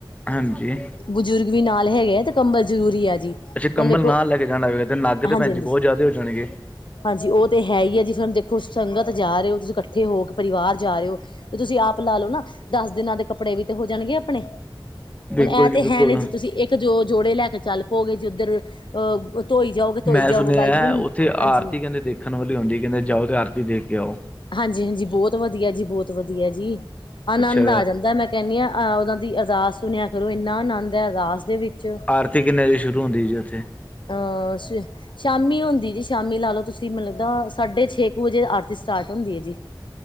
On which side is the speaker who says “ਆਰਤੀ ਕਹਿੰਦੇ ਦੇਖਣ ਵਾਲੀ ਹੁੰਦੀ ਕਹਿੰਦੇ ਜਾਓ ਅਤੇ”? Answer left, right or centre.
Left